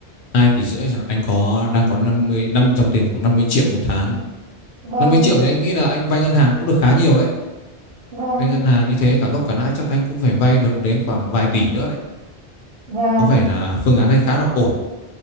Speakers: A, on the left; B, on the right.
A: 2 tỷ rưỡi là anh có đang có 50 năm dòng tiền khoảng 50 triệu một tháng.
B: vâng
A: năm mươi triệu thì anh nghĩ là anh vay ngân hàng cũng được khá nhiều đấy.
B: vâng
A: Vay ngân hàng như thế cả gốc cả lãi chắc anh cũng phải vay được đến khoảng vài tỷ nữa đấy.
B: vâng
A: Có vẻ là phương án này khá là ổn.